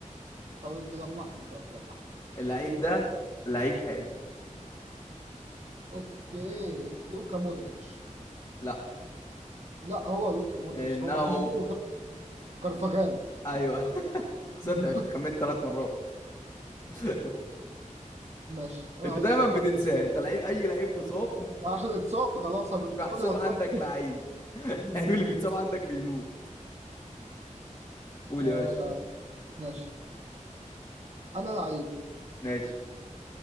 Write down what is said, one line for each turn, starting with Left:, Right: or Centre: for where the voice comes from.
Right: طب لمح لي طب لمح
Left: اللعيب ده لعيب حالي
Right: اوكي لوكا مودريتش
Left: لا
Right: لا هو لوكا مودريتش
Left: إنه
Right: هو ما فيش غيره كار- كارفاغال
Left: أيوه <laughs> خسرت
Right: <laughs>
Left: يا باشا اتخمنت ثلاث مرات <laughs>
Right: ماشي انا
Left: انت
Right: هقول
Left: دايما
Right: لك لعيب
Left: بتنساه انت لعيب اي لعيب مصاب
Right: عشان اتصاب خلاص
Left: <laughs>
Right: أنا
Left: مش
Right: بالنسبه
Left: محسوب
Right: لي هو اتصاب
Left: عندك لعيب <laughs> اللعيب اللي بيتصاب عندك بيموت قول
Right: آه
Left: يا باشا
Right: ماشي انا لعيب
Left: ماشي